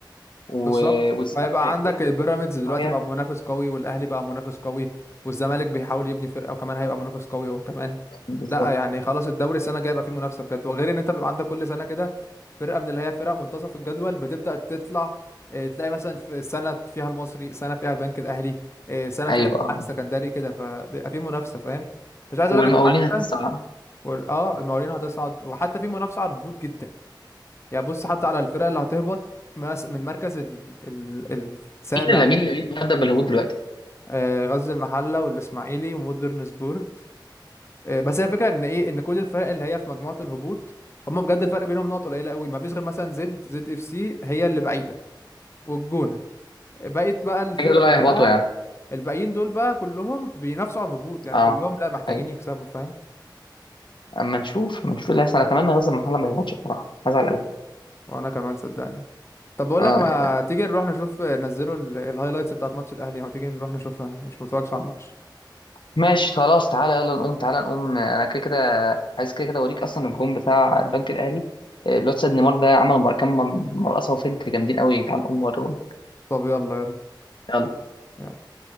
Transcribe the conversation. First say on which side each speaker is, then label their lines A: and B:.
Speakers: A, on the left (about 80°); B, on the left (about 35°).
A: و...
B: بالظبط
A: والزمالك
B: هيبقى
A: هيكون
B: عندك
A: بقى
B: البيراميدز دلوقتي
A: شويه
B: بقى منافس قوي والاهلي بقى منافس قوي والزمالك بيحاول يبني فرقه وكمان هيبقى منافس قوي هو كمان
A: بالظبط
B: لا يعني خلاص الدوري السنه الجايه يبقى فيه منافسه بجد وغير ان انت بيبقى عندك كل سنه كده فرقه من اللي هي فرق منتصف الجدول بتبدا تطلع إيه، تلاقي مثلا في سنه فيها المصري سنه فيها البنك الاهلي إيه، سنه
A: ايوه
B: فيها الاتحاد
A: آه.
B: السكندري كده فبيبقى فيه منافسه فاهم مش عايز
A: والمقاولين
B: اقول لك حتى
A: هتتصعد
B: وال- اه المقاولين هتصعد وحتى في منافسه على الهبوط جدا يعني بص حتى على الفرق اللي هتهبط مس- من مركز ال... ال... السابع
A: مين اللي مين اللي مين اللي هدى بالهبوط دلوقتي
B: آه، غزل المحله والاسماعيلي ومودرن سبورت آه، بس هي الفكره ان ايه ان كل الفرق اللي هي في مجموعه الهبوط هم بجد الفرق بينهم نقط قليله قوي ما فيش غير مثلا زد زد اف سي هي اللي بعيده والجونه بقيت بقى الفرق
A: كده دول
B: كلها
A: هيهبطوا يعني
B: الباقيين دول بقى كلهم بينافسوا على الهبوط يعني
A: اه
B: كلهم لا محتاجين
A: ايوه
B: يكسبوا فاهم
A: اما نشوف اما نشوف اللي هيحصل اتمنى غزل المحله ما يهبطش بصراحه هزعل قوي
B: وانا كمان صدقني طب بقول
A: اه
B: لك ما تيجي نروح نشوف نزلوا ال- الهايلايتس بتاعت ماتش الاهلي ما تيجي نروح نشوفها مش متفرجش على الماتش
A: ماشي خلاص تعالى يلا نقوم تعالى نقوم انا كده كده عايز كده كده اوريك اصلا الجون بتاع البنك الاهلي آه، الواد سيد نيمار ده عمل مر- كام مر- مرقصه وفنت جامدين قوي تعالى نقوم نوريهم
B: طب يلا يلا
A: يلا
B: يلا.